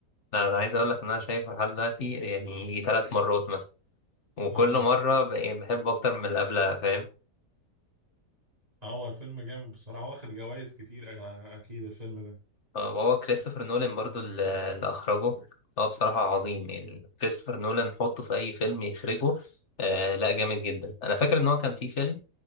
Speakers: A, on the left; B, on the right.
A: لا انا عايز اقول لك ان انا شايفه لحد دلوقتي يعني ثلاث مرات مثلا وكل
B: اه
A: مره بقى- بحبه اكتر من اللي قبلها فاهم
B: آه، هو الفيلم جامد بصراحة واخد جوائز كتير أ- اكيد الفيلم ده
A: آه، وهو كريستوفر نولان برضو اللي اللي أخرجه هو بصراحة عظيم يعني كريستوفر نولان حطه في أي فيلم يخرجه آه لا جامد جدا أنا فاكر إن هو كان في فيلم